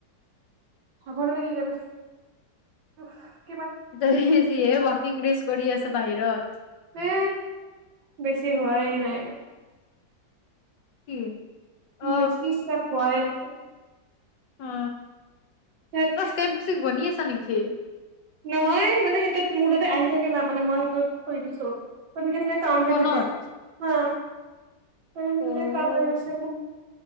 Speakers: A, on the right; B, on the left.
A: ভাগৰ লাগি গল। অফ্
B: তা হে যিহে ৱাকইংলিছ কৰি আছ বাহিৰত
A: এ বেছি হোৱাই নাই
B: কি? অ
A: বেছি ষ্টেপ পোৱাই লাগে।
B: হা।
A: তাত
B: অ ষ্টেপ চিক বনি আছে হয় নিকি
A: নহয় মানে সেইটোত মোৰ তাতে আহি থাকে। না মানে মই সেইটোত থৈ দিছো সব নিজে নিজে কাউণ্ট
B: ফোনত?
A: হৈ থাকে হা। ত নিজে
B: উম,
A: নিজে কাউন্ট হৈ গৈছে।